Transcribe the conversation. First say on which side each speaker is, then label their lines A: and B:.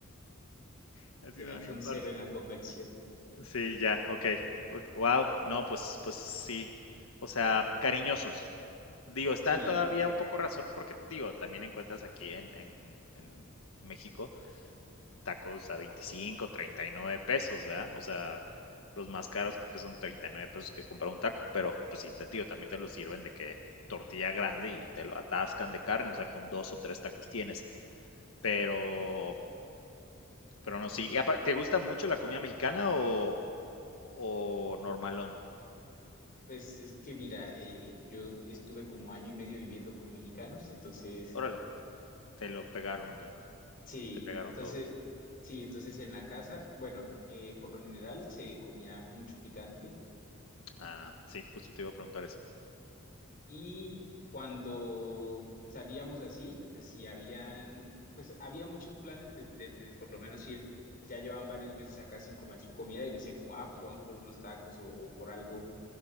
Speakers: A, on the left (about 80°); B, on the left (about 45°).
A: Casi
B: Se
A: me
B: me
A: da un
B: fue
A: infarto.
B: un cero en la conversión.
A: Sí, ya, ok. Wow, no, pues, pues sí. O sea, cariñosos. Digo, están
B: Sí,
A: todavía un poco razón, porque digo, también encuentras aquí en, en- en- en México tacos a veinticinco treinta y nueve pesos, ¿verdad? O sea, los más caros creo que son 39 pesos que comprar un taco, pero pues sí, te, tío, también te lo sirven de que tortilla grande y te lo atascan de carne, o sea, con dos o tres tacos tienes, pero, pero no, sí. Y apar- ¿Te gusta mucho la comida mexicana o, o normalón?
B: pues es que mira, eh, yo estuve como año y medio viviendo con mexicanos, entonces,
A: Órale, te lo pegaron o qué,
B: sí,
A: te pegaron
B: entonces,
A: todo.
B: sí, entonces en la casa, bueno, eh, por lo general se comía mucho picante
A: Ah, sí, justo te iba a preguntar eso.
B: y cuando salíamos así, pues sí, habían, pues había muchos planes de, de- de por lo menos ir, pues ya llevaban varios meses acá sin comer su comida y decían como, ah, pues vamos por unos tacos o o por algo